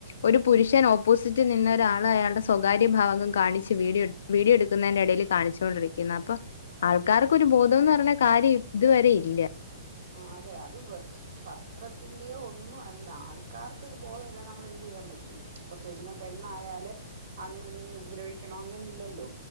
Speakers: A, on the left; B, on the right.
A: ഒരു പുരുഷൻ ഓപ്പോസിറ്റിൽ നിന്നൊരാള് അയാളുടെ സ്വകാര്യ ഭാഗം കാണിച്ച് വീഡിയോ വീഡിയോ എടുക്കുന്നേന്റെ എടയി ല് കാണിച്ചൊണ്ടിരിക്കുന്ന് അപ്പൊ ആൾക്കാർക്ക് ഒരു ബോധം ന്ന് പറഞ്ഞ കാര്യം ഇതുവരെ ഇല്ല
B: ആ അതെ അത് വെ വസ്ത്രത്തിന്റെയോ ഒന്നും അല്ല ആൾക്കാർക്കൊരു ബോധല്ല നമ്മൾ എന്ത് ചെയ്യാൻ പറ്റും അപ്പൊ പെണ്ണ് പെണ്ണായാല് ആണുങ്ങൾ ഇങ്ങനെ ഉപദ്രവിക്കണം അങ്ങനെ ഇല്ലല്ലോ